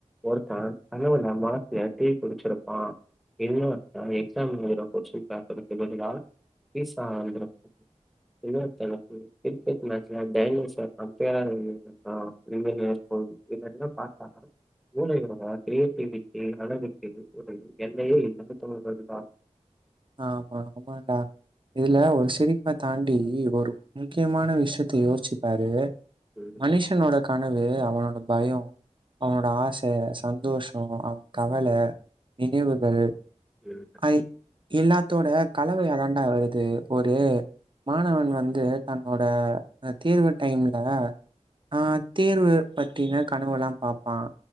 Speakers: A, in the centre; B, on the right (about 40°).
A: ஒருத்த கனவுல மாத்தியா டீ குடிச்சிருப்பான் என்ன அ எக்ஸாம் எழுதுற கொஸ்டின் பேப்பருக்கு பதிலா பீசா வந்துருக் என்ன தலைப்பு கிரிக்கெட் மேட்சுல டயனோஸர் அப்ப யாரும் இருக்கா <unintelligible> இது ரெண்டுமே பாத்தாதா மூளையோடா கிரியேட்டிவிட்டி அளவுக்கு ஒரு எல்லையே இனத்தவர்கள் தா
B: ஆமா ஆமாண்டா இதுல ஒரு சிரிப்ப தாண்டி ஒரு முக்யமான விஷ்யத்த யோச்சுபாரு
A: ம்
B: மனுஷனோட கனவு அவனோட பயோ அவனோட ஆச சந்தோஷோ அவன் கவல நினைவுகள்
A: இருக்க
B: ஐ எல்லாத்தோட கலவையாதான்டா வருது ஒரு மாணவன் வந்து தன்னோட அ தேர்வு டைம்ல அ தேர்வு பத்தின கனவுலா பாப்பான்